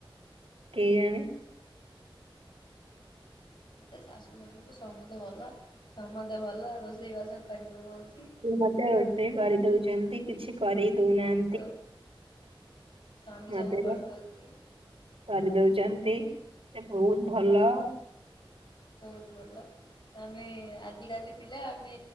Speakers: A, on the right; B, on the left.
A: କେଇଜାଣି?
B: ତା ଶାଶୁ ସଶୁର ସମସ୍ତେ ଭଲ ସମସ୍ତେ ଭଲ ରୋଷେଇ ବାସ କରିପକଉଛି।
A: ତୁ ମତେ ରୋଷେଇ କରିଦଉଛନ୍ତି କିଛି କରେଇ ଦଉନାହାନ୍ତି।
B: <unintelligible> ସ୍ୱାମୀ
A: ମତେ
B: ସବୁ
A: ବା
B: କରିଦଉଛି।
A: କରିଦଉଛନ୍ତି ସେ ବହୁତ୍ ଭଲ।
B: ବହୁତ୍ ଭଲ। ଆମେ ଆଜିକାଲି ପିଲା ଆମେ